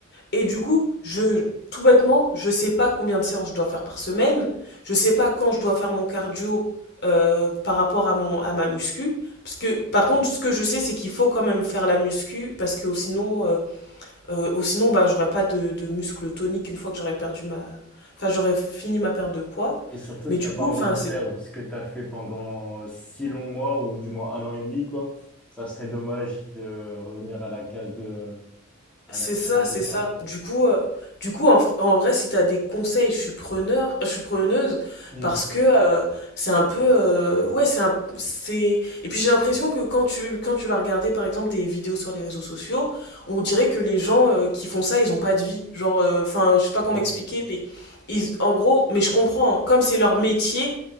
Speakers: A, on the left (about 55°); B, in the centre.
A: Et du coup, je, tout bêtement, je sais pas combien de séances je dois faire par semaine, je sais pas quand je dois faire mon cardio euh, par rapport à mon à ma muscu parce que par contre ce que je sais c'est qu'il faut quand même faire la muscu parce que sinon euh, euh, au sinon bah j'aurais pas de, de muscle tonique une fois que j'aurais perdu ma enfin j'aurais fini ma perte de poids
B: Et surtout
A: mais
B: que t'as
A: du coup
B: pas envie
A: enfin
B: de perdre
A: c'est
B: ce que tu as fait pendant six longs mois ou du moins un an et demi, quoi. Ça serait dommage de revenir à la case de, à
A: C'est
B: la case
A: ça, c'est
B: départ,
A: ça.
B: quoi.
A: Du coup, euh, du coup, en, fr- en vrai, si t'as des conseils, je suis preneur, je suis preneuse,
B: Hum,
A: parce que euh, c'est un peu, euh, ouais, c'est un, c'est. Et puis j'ai l'impression que quand tu, quand tu vas regarder, par exemple, des vidéos sur les réseaux sociaux, on dirait que les gens euh, qui font ça, ils ont pas de vie. Genre, euh, enfin, je sais pas comment
B: Vraiment.
A: expliquer, mais ils, en gros, mais je comprends. hein, Comme c'est leur métier,